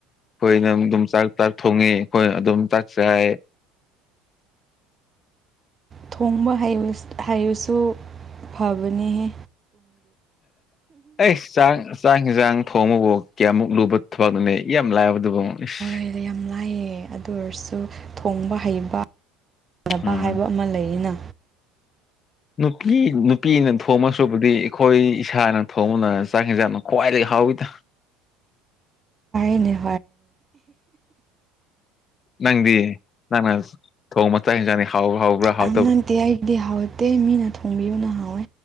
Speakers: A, on the left; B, on the right.
A: ꯑꯩꯈꯣꯏꯅ ꯑꯗꯨꯝ ꯆꯥꯛ ꯆꯥꯛ ꯊꯣꯡꯉꯦ ꯍꯣꯏꯅ ꯑꯗꯨꯝ ꯆꯥꯛ ꯆꯥꯏ
B: ꯊꯣꯡꯕ ꯍꯩꯕ ꯍꯣꯕꯁꯨ ꯐꯕꯅꯤꯍꯦ
A: ꯑꯦ ꯆꯥꯛ ꯆꯥꯛ ꯍꯦꯟꯖꯥꯡ ꯊꯣꯡꯉꯕꯕꯨ ꯀꯌꯥꯃꯨꯛ ꯂꯨꯕ ꯊꯕꯛꯅꯣ ꯌꯥꯝ ꯂꯥꯏꯕꯗꯨꯕꯨ ꯏꯁ
B: ꯃꯔ ꯌꯥꯝ ꯂꯥꯏꯌꯦ ꯑꯗꯨ ꯑꯣꯏꯔꯁꯨ ꯊꯣꯡꯕ ꯍꯩꯕ <inaudible>
A: ꯎꯝ
B: ꯍꯥꯏꯕ ꯑꯃ ꯂꯩꯌꯦꯅ
A: ꯅꯨꯄꯤ ꯅꯨꯄꯤꯅ ꯊꯣꯡꯉꯗꯧ ꯁꯔꯨꯛꯄꯨꯗꯤ ꯑꯩꯈꯣꯏ ꯏꯁꯥꯅ ꯊꯣꯡꯕꯅ ꯆꯥꯛ ꯍꯦꯟꯖꯥꯡ ꯀ꯭ꯋꯥꯥꯏꯗꯒꯤ ꯍꯥꯎꯏꯗ
B: ꯍꯣꯏꯅꯦ
A: ꯅꯪꯗꯤ ꯅꯪꯅ ꯊꯣꯡꯕ ꯆꯥꯛ ꯍꯦꯟꯖꯥꯡꯅꯤ ꯍꯥꯎꯕ꯭ꯔꯥ ꯍꯥꯎꯕ꯭ꯔꯥ
B: ꯌꯥꯝ
A: ꯍꯥꯎ
B: ꯅꯠꯇꯦ ꯑꯩꯒꯤꯗꯤ ꯍꯥꯎꯇꯦ ꯃꯤꯅ ꯊꯣꯡꯕꯤꯕꯅꯥ ꯍꯥꯎꯋꯦ